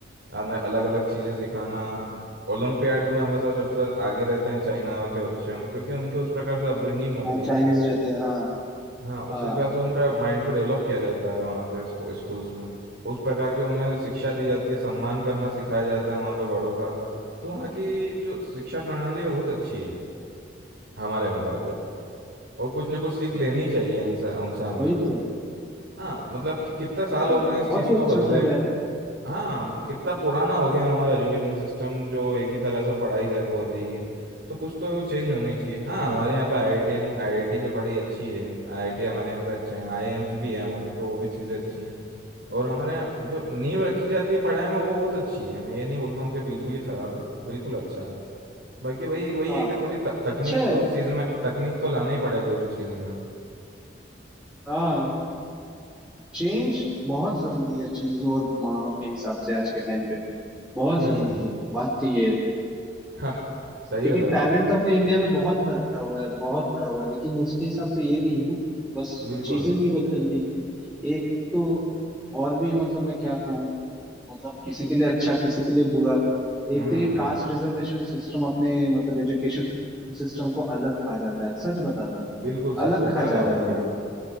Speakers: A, on the right; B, in the centre.
A: अलग अलग चीज़ें सिखाना ओलंपियाड्स में हमेशा सबसे आगे रहते हैं चाइना के बच्चे उन क्योंकि उनके उस प्रकार से अपब्रिंगिंग होती
B: हाँ
A: है
B: चाइनीज रहते हैं हाँ
A: हाँ उस
B: हाँ
A: हिसाब से उनका माइंड को डेवलप किया जाता है वहाँ पे स्कू, स्कूल्स में उस प्रकार के उन्हें शिक्षा दी जाती है सम्मान करना सिखाया जाता है वहाँ पे बड़ों का तो वहाँ की जो शिक्षा प्रणाली है बहुत अच्छी है हमारे मुकाबले और कुछ ना कुछ सीख लेनी ही चाहिए इनसे उनसे हमें
B: वही तो
A: हाँ मतलब कि कितने साल
B: और
A: हो गए हैं
B: बहुत
A: इस चीज़
B: ही
A: को
B: अच्छा
A: बदले
B: कर रहे हैं
A: हाँ कितना पुराना हो गया है हमारा एजुकेशन सिस्टम जो एक ही तरह से पढ़ाई जा हो रही है तो कुछ तो चेंज होना ही चाहिए हाँ हमारे यहाँ पे आईआईटी आईआईटी की पढ़ाई अच्छी है आईआईटी हमारे यहाँ पे अच्छे हैं आईआईएम्स भी है हमारे यहाँ पे वो भी चीज़ें अच्छी हैं और हमारे यहाँ जो नींव रखी जाती है पढ़ाई में वो बहुत अच्छी है मैं ये नहीं बोलता हूँ कि बिल्कुल ही खराब है बिल्कुल अच्छा है बाकी वही वही
B: हाँ
A: है कि थोड़ी तक- तकनीक
B: अच्छा
A: तो
B: है
A: इस चीज़ में तकनीक तो लाना ही पड़ेगा उस चीज़ में
B: हाँ चेंज बहुत जरूरी है चीजों और माहौल के हिसाब से आज के टाइम पे बहुत
A: हम्म
B: जरूरी है बात तो ये है
A: हाँ सही
B: क्योंकि
A: है सर
B: टैलेंट तो अपने इंडिया में बहुत भरा हुआ है बहुत भरा हुआ है लेकिन उसके हिसाब से ये नहीं है ना बस
A: बिल्कुल
B: चीजें नहीं बदल रही एक तो और भी मतलब मैं क्या कहूँ मतलब किसी के लिए अच्छा किसी के लिए बुरा
A: हम्म
B: एक तो ये कास्ट रिजर्वेशन सिस्टम अपने मतलब एजुकेशन सिस्टम को अलग खा जाता है सच बता रहा हूँ
A: बिल्कुल सर
B: अलग
A: खोखला
B: खा जा
A: कर
B: रहा
A: रखा
B: है ये
A: है